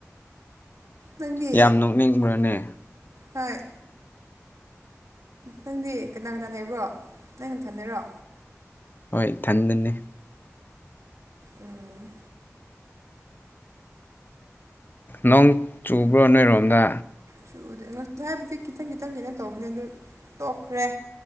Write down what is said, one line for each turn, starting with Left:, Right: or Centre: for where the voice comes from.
Right: ꯅꯪꯗꯤ
Left: ꯌꯥꯝ ꯅꯣꯛꯅꯤꯡꯕ꯭ꯔꯅꯦ
Right: ꯍꯣꯏ ꯅꯪꯗꯤ ꯀꯅꯥ ꯀꯅꯥ ꯂꯩꯕ꯭ꯔꯣ ꯅꯪ ꯅꯊꯟꯅꯔꯣ
Left: ꯍꯣꯏ ꯏꯊꯟꯗꯅꯦ
Right: ꯎꯝ
Left: ꯅꯣꯡ ꯆꯨꯕ꯭ꯔꯣ ꯅꯣꯏꯔꯣꯝꯗ
Right: ꯆꯨꯗꯦ ꯉꯁꯥꯏꯕꯨꯗꯤ ꯈꯤꯇꯪ ꯈꯤꯇꯪ ꯀꯩꯅꯣ ꯇꯧꯕꯅꯦ ꯑꯗꯨꯣ ꯇꯣꯛꯈ꯭ꯔꯦ